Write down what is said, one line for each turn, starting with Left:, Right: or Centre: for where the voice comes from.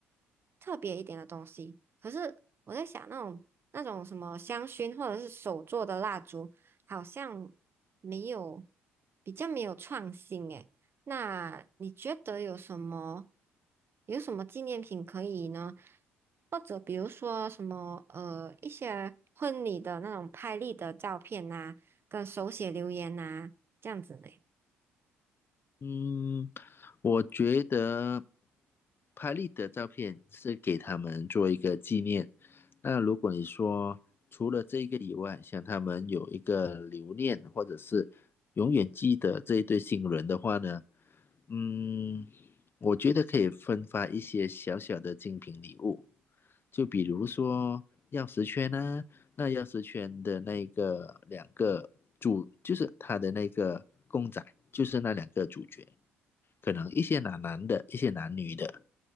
Right: 特别一点的东西。可是我在想，那种那种什么香薰或者是手做的蜡烛，好像没有比较没有创新诶。那你觉得有什么有什么纪念品可以呢？或者比如说什么呃一些婚礼的那种拍立的照片呐、跟手写留言呐、这样子呢？
Left: 嗯，我觉得拍立得照片是给他们做一个纪念。那如果你说除了这个以外，想他们有一个留念，或者是永远记得这一对新人的话呢，嗯，我觉得可以分发一些小小的精品礼物，就比如说钥匙圈呢、那钥匙圈的那个两个主，就是他的那个公仔，就是那两个主角，可能一些男男的，一些男女的。